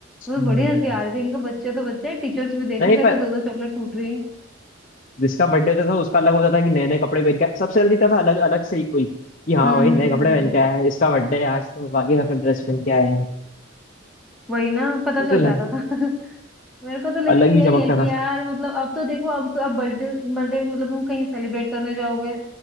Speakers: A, in the centre; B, on the left.
A: मुझे
B: हम्म।
A: बड़ी हंसी आ रही थी इनके बच्चे तो बच्चे हैं टीचर्स भी देखो
B: नहीं
A: कैसे
B: पर
A: दो दो चॉकलेट टूट रही है
B: जिसका बर्थडे होता था उसका अलग होता था कि नए नए कपड़े पहन के आया। सबसे दिखता था अलग अलग से ही कोई कि हाँ
A: हम्म
B: भाई नए
A: हम्म
B: कपड़े
A: हम्म
B: पहन के आया है इसका बर्थडे है आज तो बाकी सब ड्रेस पहन के आए हैं
A: वही ना पता
B: वो
A: चल
B: तो अलग
A: जाता था <laughs> मेरे को तो लेकिन
B: अलग
A: यही
B: ही चमकता
A: है कि
B: था
A: यार मतलब अब तो देखो अब अब बर्थडे बर्थडे मतलब तुम कहीं सेलिब्रेट करने जाओगे